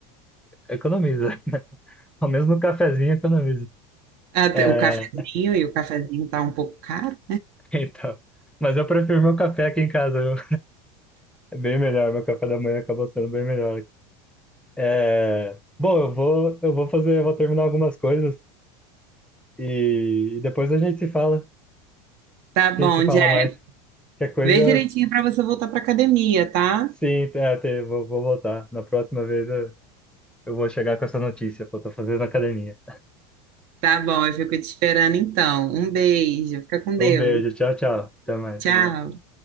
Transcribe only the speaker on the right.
Até
o cafezinho,
e o cafezinho tá um pouco caro.
Tá bom,
Jeff.
Vê direitinho pra você voltar pra academia, tá?
Tá bom, eu fico te esperando então. Um beijo, fica com
Deus.
Tá Tchau.